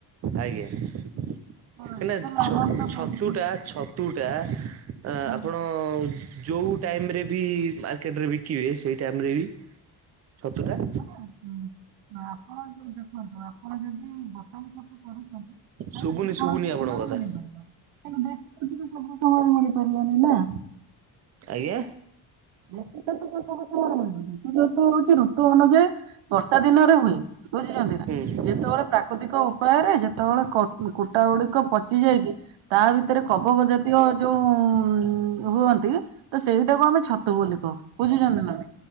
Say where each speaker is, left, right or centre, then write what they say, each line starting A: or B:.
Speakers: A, on the right; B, on the right.
A: ଆଜ୍ଞା
B: ହଁ ଏତେ ଲାଭାନ୍ଵିତ
A: ଛ ଛତୁ
B: କରିବି
A: ଟା ଛ ତୁଟା ଆପଣ
B: ନା,
A: ଯୋଉ ଟାଇମ ରେ ବି ମାର୍କେଟରେ ବିକିବେ ସେଇ ଟାଇମରେ ବି ଛତୁ ଟା
B: ଆପଣ ଯୋଉ ଦେଖନ୍ତୁ ଆପଣ ଯଦି ବଟମ ଛତୁ କରୁଛନ୍ତି ହେଲେ
A: ଶୁଭୁନି
B: ଯେକୌଣସି
A: ଶୁଭୁନି ଆପଣଙ୍କ
B: ସମୟରେ
A: କଥା।
B: ମିଳିପାରିବ। <unintelligible> ସବୁ ସମୟରେ ମିଳିପାରିବାନି ନା।
A: ଆଜ୍ଞା?
B: ଛତୁ ଚାଷ କଣ ସବୁ ସମୟରେ ମିଳିବ ଛତୁ ହଉଛି ଋତୁ ଅନୁଯାୟୀ ବର୍ଷା ଦିନରେ ହୁଏ। ବୁଝୁଛନ୍ତି ନା?
A: ହୁଁ ହୁଁ
B: ଯେତେବେଳେ ପ୍ରାକୃତିକ ଉପାୟରେ ଯେତେବେଳେ କୁଟା ଗୁଡିକ ପଚି ଯାଇଚି ତା ଭିତରେ କବକ ଜାତୀୟ ଯୋଉ ହୁଅନ୍ତି ତ ସେଇଟାକୁ ଆମେ ଛ ତୁ ବୋଲି କହୁ ବୁଝୁଛନ୍ତି ନା?